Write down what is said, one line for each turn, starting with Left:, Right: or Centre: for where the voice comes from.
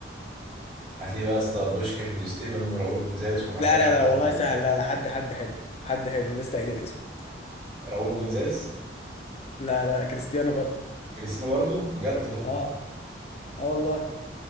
Right: هتلاقي بقى يا اسطى بوشكاش ودي ستيفن وراؤول جونزاليز وهتلاقي
Left: لا لا
Right: حد
Left: لا
Right: من
Left: والله سهل لا لا حد حد حلو حد حلو لسه قايلين اسمه
Right: راؤول جونزاليز
Left: لا لا كريستيانو برضه
Right: كريستيانو برضه بجد والله
Left: اه اه والله